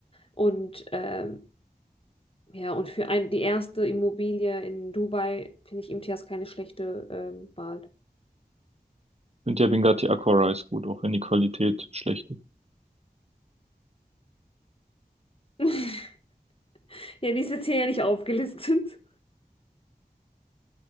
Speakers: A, on the left (about 35°); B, on the right (about 40°).
A: Und ähm, Ja, und für ein, die erste Immobilie in Dubai finde ich Imtiaz keine schlechte ähm, Wahl.
B: finde ja Bengati Aqua Rice gut, auch wenn die Qualität schlecht ist.
A: <laughs> Ja, die ist jetzt hier ja nicht aufgelistet.